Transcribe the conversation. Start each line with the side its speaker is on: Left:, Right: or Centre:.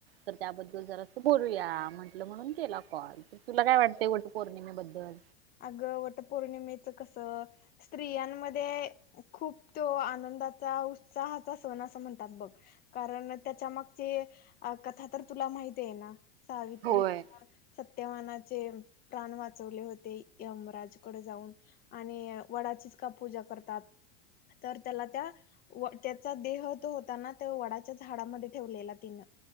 Right: तर त्याबद्दल जरा त बोलूया. म्हंटलं म्हणून केला कॉल. तुला काय वाटतंय <unintelligible> पौर्णिमे बद्दल.
Left: अग वटपौर्णिमेच कसं स्त्रियांमध्ये खूप तो आनंदाचा उत्साहाचा सण असं म्हणतात बघ कारण त्याच्या मागची कथा तर तुला माहती आहे ना. सावित्री.
Right: होय
Left: तेवानाचे प्राण वाचवले होते. यमराज कडे जाऊन आणि वडाचीच का पूजा करतात तर त्याला त्या त्याचा देह तो होता ना त्या वडाच्या झाडामध्ये ठेवलेला तिनं.